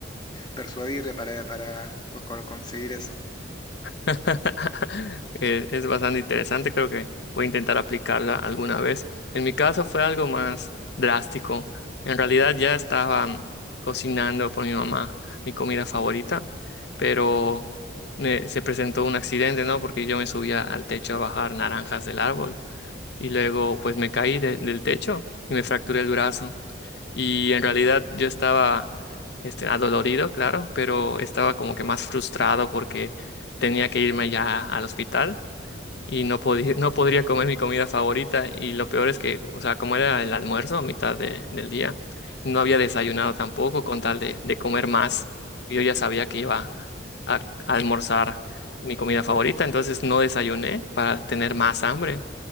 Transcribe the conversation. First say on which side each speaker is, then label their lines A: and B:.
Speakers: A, on the left; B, on the left.
A: Persuadir para, para pues, co- conseguir eso.
B: <laughs> Eh, Es bastante interesante, creo que voy a intentar aplicarla alguna vez. En mi caso fue algo más drástico. En realidad ya estaba mm, cocinando por mi mamá mi comida favorita, pero me- se presentó un accidente, ¿no? Porque yo me subía al techo a bajar naranjas del árbol y luego pues me caí de- del techo y me fracturé el brazo y en realidad yo estaba este, adolorido, claro, pero estaba como que más frustrado porque tenía que irme ya al hospital y no podía, <laughs> no podría comer mi comida favorita y lo peor es que, o sea, como era el almuerzo a mitad de- del día, no había desayunado tampoco con tal de, de comer más. Yo ya sabía que iba a a almorzar mi comida favorita, entonces no desayuné para tener más hambre.